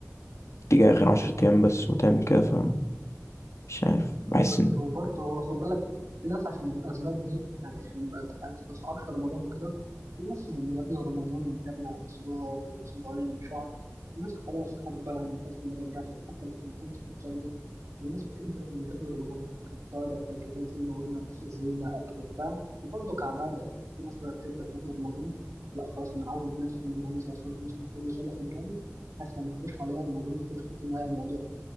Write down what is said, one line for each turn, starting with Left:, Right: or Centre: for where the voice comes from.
Left: تيجي اخر عشر ايام بس وتعمل كده فمش عارف بحس
Right: بالظبط
Left: ان
Right: وبرضه هو خد بالك في ناس عشان الأسباب دي يعني عشان ما تستصعبش رمضان وكده في ناس اللي قبل رمضان قبل بأسبوع بأسبوعين بشهر الناس خلاص خدت بالها من خلاص رمضان داخل حتى أنت لو كنت بتصلي الناس بتبدأ من قبل رمضان على فكرة سواء بقى تجهيزات زي ما قلنا زينة أكل بتاع وبرضه كعبادة يعني في ناس بقى بتبدأ قبل رمضان لا خلاص أنا أعود نفسي إن أنا هنزل أصلي مثلا كل صلاة في الجامع أحسن ما يخش عليا رمضان يخش في النهاية الموضوع